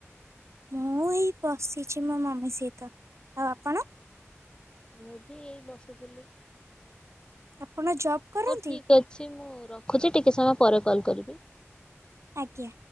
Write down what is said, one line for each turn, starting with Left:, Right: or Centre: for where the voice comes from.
Right: ମୁଁ ଏଇ ବସିଛି ମୋ ମମି ସହିତ ଆଉ ଆପଣ?
Left: ମୁଁ ବି ଏଇ ବସିଥିଲି।
Right: ଆପଣ ଜବ୍ କରନ୍ତି
Left: ହଉ ଠିକ୍ ଅଛି ମୁଁ ରଖୁଛି ଟିକେ ସମୟ ପରେ କଲ୍ କରିବି?
Right: ଆଜ୍ଞା।